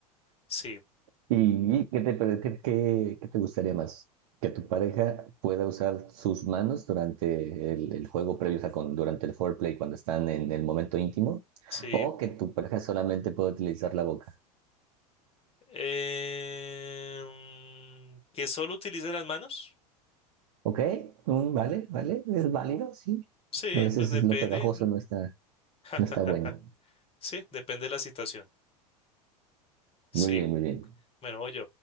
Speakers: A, on the left; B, on the right.
A: Sí,
B: ¿Y, y qué te, pare- qué, qué- qué te gustaría más? ¿Que tu pareja pueda usar sus manos durante el, el juego previo, o sea, con- durante el foreplay, cuando están en el momento íntimo?
A: sí.
B: ¿O que tu pareja solamente pueda utilizar la boca?
A: Em, ¿que solo utilice las manos?
B: ¿Ok? mm, vale, vale, es válido, sí.
A: Sí,
B: A veces
A: pues depende.
B: lo pegajoso no está,
A: <laughs>
B: no está bueno.
A: Sí, depende de la situación. Sí,
B: Muy bien, muy bien.
A: bueno, oye,